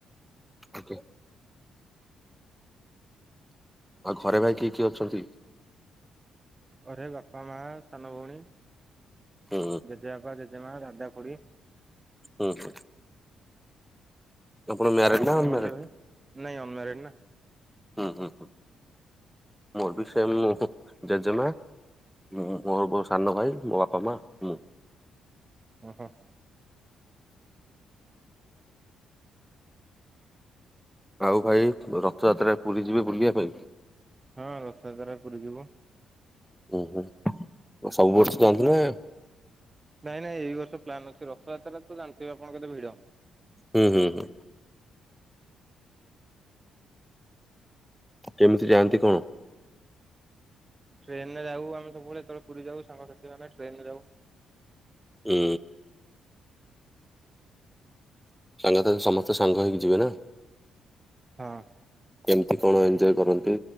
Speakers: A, in the centre; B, on the right.
A: ଆଜ୍ଞା। ଆଉ ଘରେ ଭାଇ କିଏ କିଏ ଅଛନ୍ତି?
B: ଘରେ ବାପା ମା ସାନ ଭଉଣୀ
A: ହୁଁ
B: ଜେଜେବାପା ଜେଜେମା ଦାଦା ଖୁଡି।
A: ହୁଁ ହୁଁ। ଆପଣ ମ୍ୟାରେଡ
B: ଆଉ ଆପଣଙ୍କ
A: ନା ଅନମ୍ୟାରେଡ?
B: ଘରେ ଭାଇ ନାଇଁ ଅନମାରେଡ୍ ନା।
A: ହୁଁ ହୁଁ ହୁଁ ମୋର ବି ସେମ୍ ମୁଁ ଜେଜେମା ମୁଁ ମୁଁ ଆଉ ମୋ ସାନ ଭାଇ ମୋ ବାପା ମା ମୁଁ।
B: ଉଁ ହିଁ।
A: ଆଉ ଭାଇ ରଥଯାତ୍ରାରେ ପୁରୀ ଯିବେ ବୁଲିବା ପାଇଁ?
B: ହଁ ରଥଯାତ୍ରାରେ ପୁରୀ ଯିବୁ।
A: ଉଁ ହୁଁ। ସବୁ
B: ଭାବୁଚି
A: ବର୍ଷ ଯାଆନ୍ତି
B: ତ ପ୍ଲାନ୍
A: ନା
B: ନାଇଁ ନାଇଁ ଏଇ ବର୍ଷ ପ୍ଲାନ୍ ଅଛି, ରଥଯାତ୍ରାରେ ତ ଜାଣିଥିବେ ଆପଣ କେତେ ଭିଡ।
A: ହୁଁ ହୁଁ ହୁଁ। କେମିତି ଯାଆନ୍ତି କଁ?
B: ଟ୍ରେନ ରେ ଯାଉ ଆମେ, ସବୁବେଳେ ପୁରୀ ଯାଉ ସାଙ୍ଗସାଥିମାନେ ଟ୍ରେନ ରେ ଯାଉ।
A: ଉଁ। ସାଙ୍ଗ ସାଥି ସମସ୍ତେ ସାଙ୍ଗ ହେଇକି ଯିବେ ନା।
B: ହଁ।
A: କେମିତି କଣ ଏଞ୍ଜୟ କରନ୍ତି?